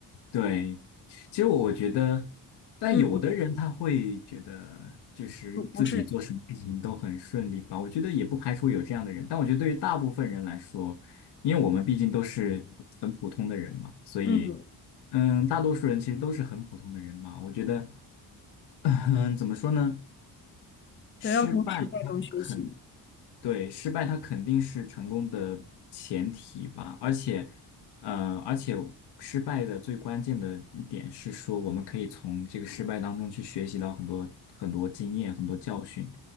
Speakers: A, on the left (about 80°); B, on the left (about 30°).
A: 对，其实我觉得，但有的人他会觉得，
B: 嗯，
A: 就是自己做什么事情都很顺利吧。
B: 不不是，
A: 我觉得也不排除有这样的人，但我觉得对于大部分人来说，因为我们毕竟都是很普通的人嘛，所以，
B: 嗯，
A: 嗯，大多数人其实都是很普通的人嘛。我觉得，<laughs> 嗯，怎么说呢？失败它很
B: 都要从失败中学习。
A: 对，失败它肯定是成功的前提吧，而且，呃，而且失败的最关键的一点是说，我们可以从这个失败当中去学习到很多很多经验、很多教训，